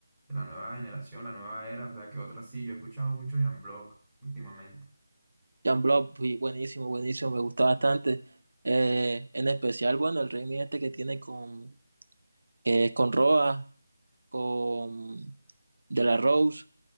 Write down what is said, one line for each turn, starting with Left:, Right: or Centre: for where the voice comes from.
Centre: de la nueva generación, la nueva era, o sea, que otra sí. Yo he escuchado mucho Jan Block últimamente.
Right: Jan Block, pues, buenísimo, buenísimo, me gusta bastante. Eh, en especial, bueno, el remix este que tiene con, que es con Roa, con De La Rose.